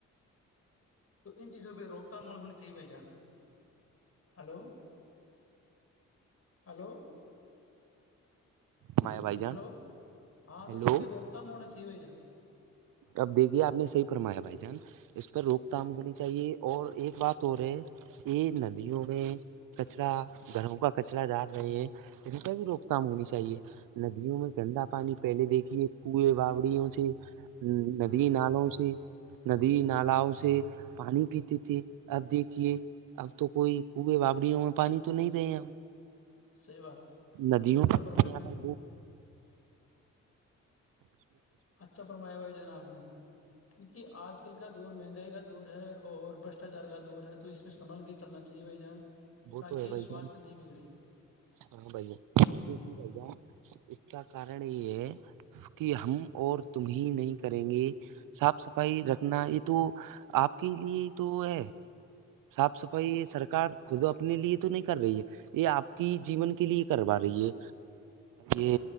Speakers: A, on the left; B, on the right.
A: تو ان چیزوں پہ روک تھام ہونی چاہیےبھای جان ہلو ہلو
B: ہمارے بھائی جان
A: ہلو ہاں تو
B: ہیلو
A: ان پے روک تھام ہونا چاہیے بھای جان
B: اب دیکھیے آپ نے صحیح فرمایا بھائی جان اس پر روک تھام ہونی چاہیے اور ایک بات اور ہے یہ ندیوں میں کچرا گھروں کا کچرا ڈار رہے ہیں ان کا بھی روک تھام ہونی چاہیے ندیوں میں گندا پانی پہلے دیکھیے کئے باوڑیوں سے ہ ندی نالوں سے ندی نالؤ سے پانی پیتے تھے اب دیکھیے اب تو کوئی کے بابڑیوں میں پانی تو نہیں رہے ہیں اب
A: صحیح بات
B: ندیوں
A: اچھا
B: وہانی
A: فرمایا بھائی جان
B: ٹھیک <inaudible>
A: اچھا فرمایا بھائی جان آپ نے کیونکہ آج کل کا دور مہنگائی کا دور ہے اور بشٹاچار کا دور ہے تو اس پھر سنبھل کے چلنا چاہیے بھائی جان
B: وہ
A: تاکہ
B: تو ہے بھائی
A: سواستھ
B: جان
A: نہیں بگڑے
B: ہاں بھای جان اور دیکھے بھایی جان اس کا کارن یہ ہے کہ ہم اور تمیں نہیں کریں گے صاف صفائی رکھنا یہ تو آپ کے لیے تو ہے صاف صفائی سرکار خود اپنے لیے تو نہیں کر رہی ہے یہ آپ کی جیون کے لیے کروا رہی ہے یہ